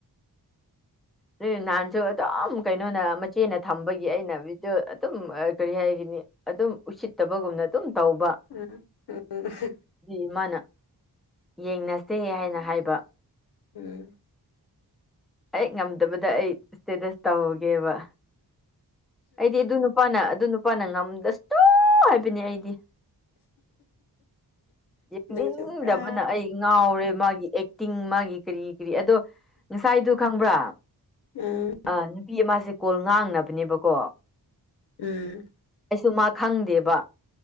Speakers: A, in the centre; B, on the left.
A: ꯑꯗꯨ ꯅꯍꯥꯟꯁꯨ ꯑꯗꯨꯝ ꯀꯩꯅꯣꯅ ꯃꯆꯦꯅ ꯊꯝꯕꯒꯤ ꯑꯩꯅ ꯕꯤꯗꯤꯑꯣ ꯑꯗꯨꯝ ꯀꯔꯤ ꯍꯥꯏꯈꯤꯅꯤ ꯑꯗꯨꯝ ꯎꯁꯤꯠꯇꯕꯒꯨꯝꯅ ꯑꯗꯨꯝ ꯇꯧꯕ
B: ꯎꯝ ꯎꯝ
A: ꯑꯗꯨꯗꯤ ꯃꯥꯅ ꯌꯦꯡꯅꯁꯦ ꯍꯥꯏꯅ ꯍꯥꯏꯕ
B: ꯎꯝ
A: ꯑꯩ ꯉꯝꯗꯕꯗ ꯑꯩ ꯏꯁꯇꯦꯇꯁ ꯇꯧꯒꯦꯕ ꯑꯩꯗꯤ ꯑꯗꯨ ꯅꯨꯄꯥꯅ ꯑꯗꯨ ꯅꯨꯄꯥꯅ ꯉꯝꯗꯁꯨꯨ ꯍꯥꯏꯕꯅꯦ ꯑꯩꯗꯤ ꯌꯦꯡꯅꯤꯡꯗꯕꯅ
B: ꯅꯪꯁꯨ ꯄꯨꯔꯥ
A: ꯑꯩ ꯉꯥꯎꯔꯦ ꯃꯥꯒꯤ ꯑꯏꯛ ꯇꯤꯡ ꯃꯥꯒꯤ ꯀꯔꯤ ꯀꯔꯤ ꯑꯗꯣ ꯉꯁꯥꯏꯗꯨ ꯈꯪꯕ꯭ꯔꯥ
B: ꯎꯝ ꯎꯝ
A: ꯑ ꯅꯨꯄꯤ ꯑꯃꯁꯦ ꯀꯣꯜ ꯉꯥꯡꯅꯕꯅꯦꯕꯀꯣ
B: ꯎꯝ
A: ꯑꯩꯁꯨ ꯃꯥ ꯈꯪꯗꯦꯕ